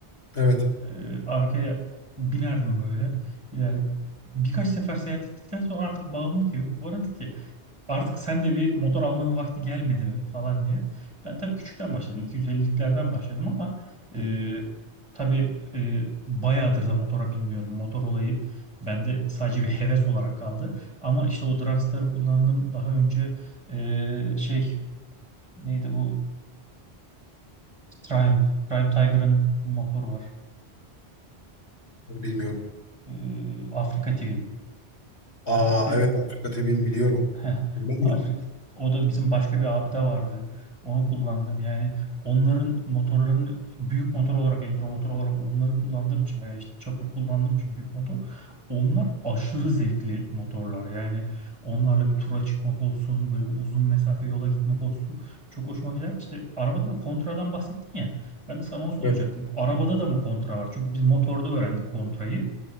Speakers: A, on the left; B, on the right.
A: Evet,
B: E, arkaya binerdim böyle. İler, birkaç sefer seyahat ettikten sonra artık bağımlı gibi. Bana dedi ki artık sen de bir motor almanın vakti gelmedi mi falan diye. Ben tabii küçükten başladım. 250'liklerden başladım ama e, tabii e, bayağıdır da motora binmiyorum. Motor olayı bende sadece bir heves olarak kaldı. Ama işte o Dragstar'ı kullandım. Daha önce e, şey neydi bu? Triumph. Triumph Tiger'ın bir motoru var.
A: bunu bilmiyorum.
B: E, Afrika Twin.
A: Aa
B: Afrika
A: evet Afrika tebirini biliyorum.
B: Heh,
A: Bilmem
B: Afrika
A: mi?
B: o da bizim başka bir abi de vardı. Onu kullandım. Yani onların motorların büyük motor olarak, enduro motor olarak onları kullandığım için veya işte çapur kullandığım için büyük motor. Onlar aşırı zevkli motorlar. Yani onlarla bir tura çıkmak olsun, böyle uzun mesafe yola gitmek olsun. Çok hoşuma gider. İşte arabada da kontradan bahsettin ya. Ben de sana onu soracaktım.
A: Evet.
B: Arabada da mı kontra var? Çünkü biz motorda öğrendik kontrayı.